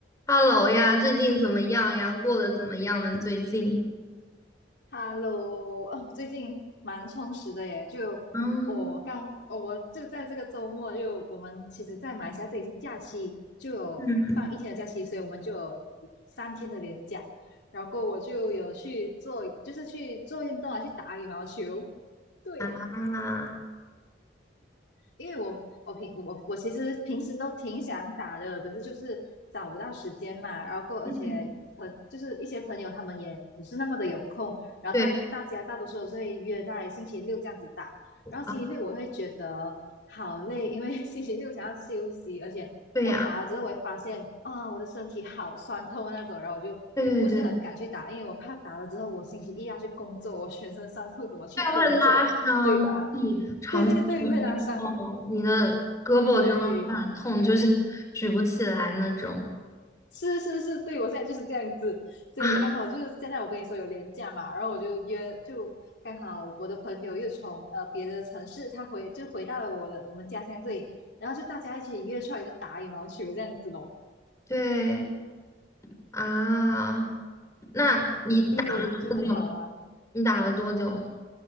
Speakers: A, on the left (about 15°); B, on the left (about 70°).
A: Hello 呀，最近怎么样呀？过得怎么样呢？最近？
B: Hello，哦，最近蛮充实的耶。就我刚，
A: 嗯
B: 哦我就在这个周末就，我们其实，在马来西亚这里是假期，就有放一天的假期，
A: 嗯
B: 所以我们就有三天的连假。然后我就有去做，就是去做运动啊，去打羽毛球。对，
A: 啊，
B: 因为我我平我我其实平时都挺想打的，可是就是找不到时间嘛，然后够而且很就是一些朋友他们也不是那么的有空，
A: 嗯
B: 然后大大家大多数都是会约在星期六这样子打，
A: 对
B: 然后星期六我会觉得好累，
A: 啊，
B: 因为 <laughs> 星期六想要休息，而且我打了之后我会发现啊我的身体好酸痛啊那种，
A: 对呀，
B: 然后我就不是很敢去打，
A: 对对对，
B: 因为我怕打了之后我星期一要去工作，我全身酸痛怎么去工作，
A: 这样会拉伤你长期不运动，
B: 对吧？对对对，会拉伤。
A: 你的胳膊真的会很痛，
B: 对，
A: 就是举不起来那种。
B: 是是是，对我现在就是这样子，所以刚好就是现在我跟你说有廉假嘛，
A: 啊，
B: 然后我就约，就刚好我的朋友又从呃别的城市，他回就回到了我的我们家乡这里，然后就大家一起约出来就打羽毛球这样子咯，
A: 对啊，那你打了多久？
B: 对，就很好玩。
A: 你打了多久呢？